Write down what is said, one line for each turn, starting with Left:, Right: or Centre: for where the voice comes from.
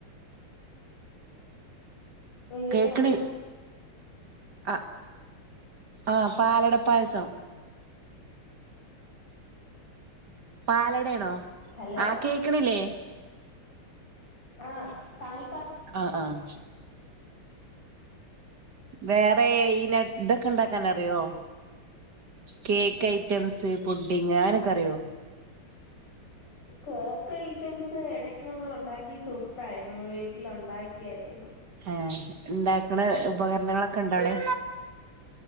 Left: ഈ
Right: കേൾക്കണ
Left: ഇപ്പ നമ്മള്
Right: ആഹ് ആഹ് പാലട പായസം പാലടയാണോ
Left: ഹലോ
Right: ആ കേക്കണില്ലേ
Left: ആഹ് പാൽ
Right: ആ ആഹ് വേറെ എയിനെ ഇതൊക്കെ ഇണ്ടാക്കാൻ നറിയോ കേക്ക് ഐറ്റംസ് പുഡിങ് അങ്ങനെയൊക്കെ അറിയോ
Left: കേക്ക് ഐറ്റംസ് ഇടക്ക് നമ്മൾ ഉണ്ടാക്കി സൂപ്പർ ആയിരുന്നു വീട്ടിൽ ഉണ്ടാക്കിയായിരുന്നു
Right: ആഹ് ഇണ്ടാക്കണ ഉപകരണങ്ങളൊക്കെ ഉണ്ടോ അവിടെ